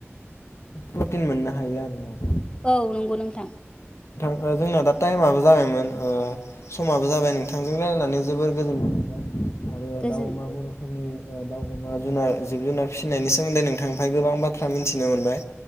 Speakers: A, on the left; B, on the left.
A: प्रटिन मोननो हायो आरो ना।
B: औ नंगौ नोंथां।
A: जोंना दा टाइमआबो जाबायमोन ओ समाबो जाबाय नोंथांजों रायलायनानै जोबोर गोजोन आरो
B: गोजोन
A: दाउ अमा बर'फोरनि ओ दाउ अमा जुनार जिब जुनार फिसिनायनि सोमोन्दै नोंथां निफाय गोबां बाथ थ्रा मिन्थिनो मोनबाय।